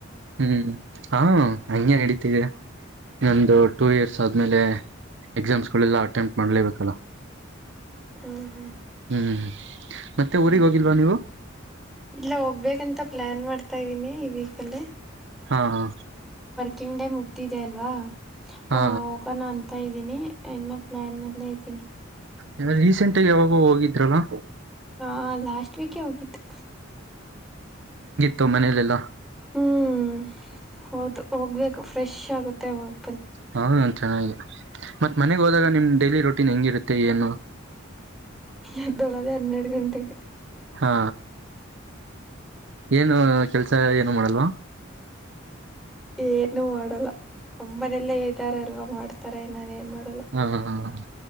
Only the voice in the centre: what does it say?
ಹಾ ಹಾ
ಇಲ್ಲ ಹೋಗ್ಬೇಕಂತ ಪ್ಲಾನ್ ಮಾಡ್ತಾ ಇದ್ದೀನಿ ಈ ವೀಕ್ ಅಲ್ಲಿ.
ಕಿಂಗ್ ಡೇ ಮುಗ್ದಿದೆ ಅಲ್ವಾ? ಹ
ಹೋಗೋಣ ಅಂತ. ಅಂತ ಇದ್ದೀನಿ ಇನ್ನ ಪ್ಲನ್ ಅಲ್ಲೇ ಇದೀನಿ.
ಹಾಂ ಲಾಸ್ಟ್ ವೀಕೇ ಹೋಗಿದ್ದು.
ಹ್ಮ್ ಹೌದು ಹೋಗಬೇಕು ಫ್ರೆಶ್ ಆಗುತ್ತೆ ಅವಾಗ್
ಎದ್ದೋಳದೆ ಹನ್ನೆರ್ಡ್ ಗಂಟೆೆಗೆ
ಏನು ಮಾಡಲ್ಲ. ನಮ್ಮನೇಲೇ ಇದ್ದಾರಲ್ವಾ ಮಾಡ್ತಾರ್ ಟ ನಾನ್ ಏನ್ ಮಾಡ್